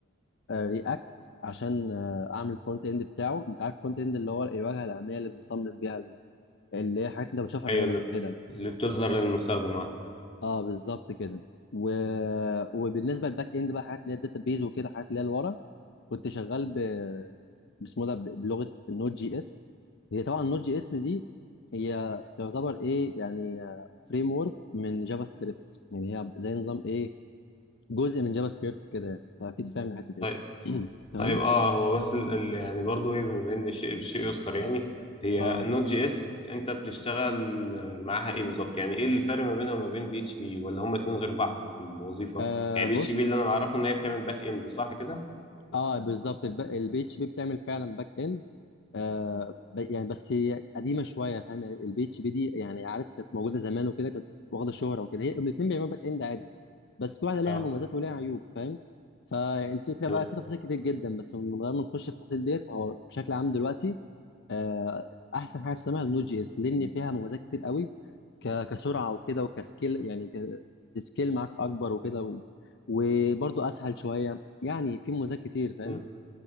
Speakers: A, on the left; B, on the left.
A: رياكت عشان آه، اعمل الفرونت اند بتاعه انت عارف الفرونت اند اللي هو الواجهه الاماميه اللي بنصمم بيها ال- اللي هي حاجات انت بتشوفها
B: ايوه
A: بعينك
B: اللي,
A: وكده
B: اللي بتظهر للمستخدم اه
A: اه بالظبط كده و... وبالنسبه للباك اند بقى حاجات اللي هي الداتا بيز وكده حاجات اللي هي لورا كنت شغال ب باسمه ده ب- بلغه النوت جي اس هي طبعا النوت جي اس دي هي تعتبر ايه يعني فريم ورك من جافا سكريبت يعني هي زي نظام ايه جزء من جافا سكريبت كده يعني فاكيد فاهم الحته دي
B: طيب
A: <clears throat> تمام
B: طيب اه هو بس ال ال يعني برضو ايه بما ان الشيء بالشيء يذكر يعني هي
A: اه
B: النوت جي اس انت بتشتغل معاها ايه بالظبط يعني ايه الفرق ما بينها وما بين بي اتش بي ولا هما الاثنين غير بعض في الوظيفه
A: آه،
B: يعني
A: بص
B: بي اتش بي اللي انا بعرفه ان هي بتعمل باك اند صح كده
A: اه بالظبط الب- البي اتش بي بتعمل فعلا باك اند آه ب- يعني بس هي قديمه شويه فاهم يعني البي اتش بي دي يعني عارف كانت موجوده زمان وكده كانت واخده شهره وكده هي الاثنين بيعملوا باك اند عادي بس كل واحده ليها
B: اه
A: مميزات وليها عيوب فاهم فالفكره
B: تمام
A: بقى في تفاصيل كتير جدا بس من غير ما نخش في التفاصيل ديت هو بشكل عام دلوقتي آه احسن حاجه اسمها النود جي اس لان فيها مميزات كتير قوي ك- كسرعه وكده وكسكيل يعني ك- السكيل معاك اكبر وكده و- وبرضه اسهل شويه يعني في مميزات كتير فاهم
B: مم.